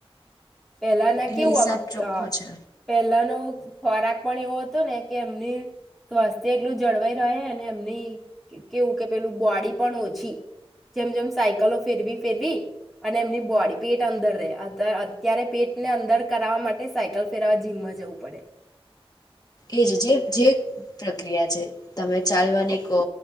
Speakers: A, in the centre; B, on the left (about 40°).
A: પેલા ના
B: એટલે
A: કેવું
B: હિસાબ
A: આમ
B: ચોખ્ખો
A: અ
B: છે.
A: પેલા નો ખોરાક પણ એવો હતો ને કે એમની સ્વાસ્થ્ય એટલું જળવાઈ રહે અને એમની કેવું કે પેલું બોડી પણ ઓછી જેમ જેમ સાયકલો ફેરવી ફેરવી અને એમની બોડી પેટ અંદર રહે અતાર અતાર ત્યારે પેટને અંદર કરાવવા માટે સાયકલ ફેરવા જીમમાં જવું પડે.
B: એજ જે જે પ્રક્રિયા છે. તમે ચાલવાની કો